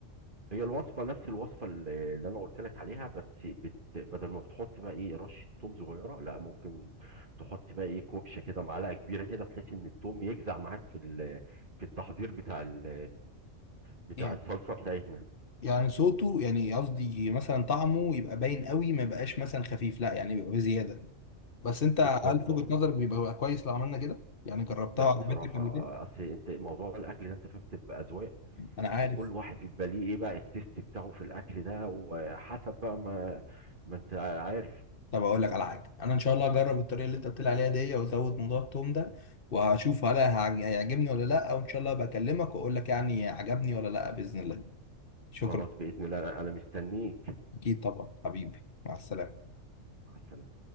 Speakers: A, on the right; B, on the left.
A: هي الوصفة نفس الوصفة اللي اللي أنا قلت لك عليها بس بت... بدل ما بتحط بقى إيه رشة توم صغيرة لا ممكن تحط بقى إيه كوبشة كده معلقة كبيرة كده بحيث إن التوم يجزع معاك في ال... في التحضير بتاع ال... بتاع
B: يعني
A: الصلصة بتاعتنا
B: يعني صوته يعني قصدي مثلا طعمه يبقى باين قوي ما يبقاش مثلا خفيف لا يعني بيبقى بزياده بس انت
A: بالظبط
B: هل في
A: اه
B: وجهه نظرك بيبقى كويس لو عملنا كده يعني جربتها
A: لا
B: وعجبتك
A: بصراحة
B: قبل كده
A: أصل أنت موضوع الأكل ده أنت فاهم بتبقى أذواق
B: انا عارف
A: وكل واحد بيبقى ليه إيه بقى التيست بتاعه في الأكل ده وحسب بقى ما ما أنت عارف
B: طب اقول لك على حاجه انا ان شاء الله هجرب الطريقه اللي انت قلت لي عليها دي وازود موضوع التوم ده وهشوف هل هيعج- هيعجبني ولا لا وان شاء الله بكلمك واقول لك يعني عجبني ولا لا باذن الله شكرا
A: خلاص بإذن الله أنا أنا مستنيك
B: اكيد طبعا حبيبي مع السلامة
A: مع السلامة